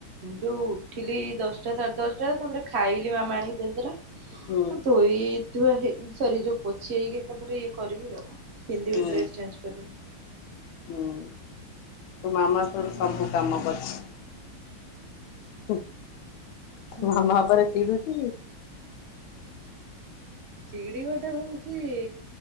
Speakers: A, on the right (about 75°); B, on the left (about 85°).
A: ଯୋଉ ଉଠିଲି ଦଶଟା ସାଢେ ଦଶଟା ତାପରେ ଖାଇଲି ମାମା ଆଣିକି ଦେଇଦେଲା।
B: ହୁଁ
A: ଧୋଇ ଧୁଆ ହେଇ ସରି ଯୋଉ ପୋଛି ହେଇକି ଏକାଥରେ ଇଏ କରିବି ଆଉ। ପିନ୍ଧିବି
B: ହୁଁ,
A: ଡ୍ରେସ ଚେଞ୍ଜ କରିବି
B: ହୁଁ ତୋ ମାମା ତୋର
A: ହଁ
B: ସବୁ କାମ କରଛି। ଉମ୍ ତୋ
A: ହୁଁ।
B: ମାମା ଉପରେ ଚିଡୁଛୁ କି।
A: ଚିଡିବାଟା ହଉଛି